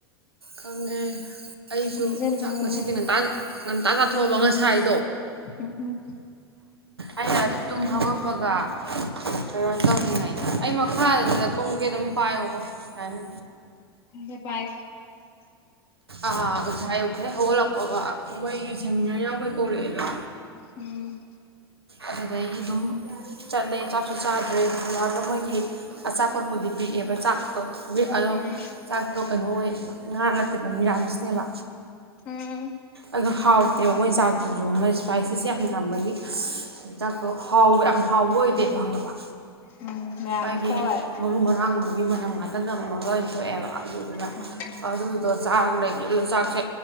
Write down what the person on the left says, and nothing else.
ꯅꯤꯡꯁꯤꯡꯂꯣ
ꯎꯝ
ꯍꯦ ꯄꯥꯏ
ꯎꯝ
ꯎꯝ
ꯎꯝ
ꯎꯝ ꯃꯦꯔꯥꯃꯦꯁꯀ
ꯑꯣꯏꯔꯦ
ꯎꯝ